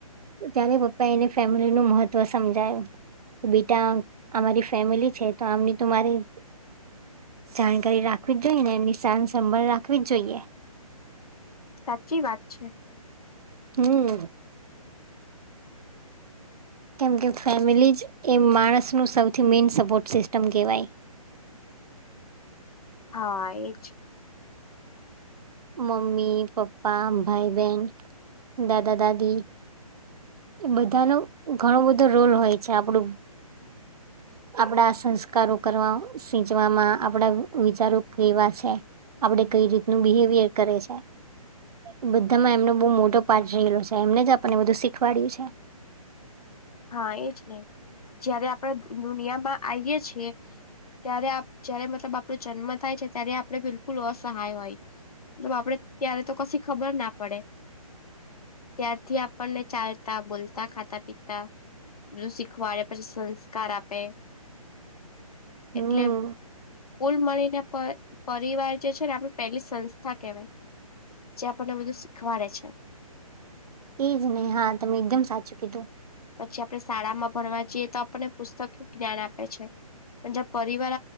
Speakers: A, on the right (about 80°); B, on the left (about 75°).
A: ત્યારે પપ્પા એને ફેમિલી નું મહત્વ સમજાયું. બેટા અમારી ફેમિલી છે તો આમની તો મારી જાણકારી રાખવી જ જોઈએ ને એમની સ સંંભાળ રાખવી જ જોઈએ.
B: સાચી વાત છે.
A: હમ્મ. કેમ કે ફેમિલીજ એ માણસ ન સૌથી મેન સપોર્ટ સિસ્ટમ કહેવાય.
B: હા એ જ.
A: મમ્મી પપ્પા ભાઈ બહેન દાદા દાદી એ બધાનો ઘણો બધો રોલ હોય છે આપણું આપણા સંસ્કારો કરવા સિચવામાં આપડા વિચારો કેવા છે આપડે કઈ રીતનું બિહેવિયર કરે છે. બધા માં એમનો બહુ મોટો પાઠ રહેલો છે એમને જ આપણને બધું શીખવાડય્યું છે.
B: હા એજ ને જયારે આપડે દુનિયામાં આયીએ છીએ ત્યારે જય્યારે મતલબ આપણો જન્મ થાય છે ત્યારે આપણે બિલકુલ અસહાય હોય. મતલબ આપડે ત્યારે તો કશી ખબર ના પડે. ત્યારથી આપણને ચાલતા બોલતા ખાતા પીતા બધું શીખવાડે પછી સંસ્કાર આપે
A: હમ
B: એટલે કૂલ મલીને પરિવાર જે છે ને આપણી પહેલી સંસ્થા કેહેવાય. જે આપણને બધું શીખવાડે છે.
A: એ જ ને હા તમે એકદમ સાચું કીધું.
B: પછી આપણે શાળામાં ભણવા જઈએ તો આપણને પુસ્તકયુ જ્ઞાન આપે છે. જ પરિવાર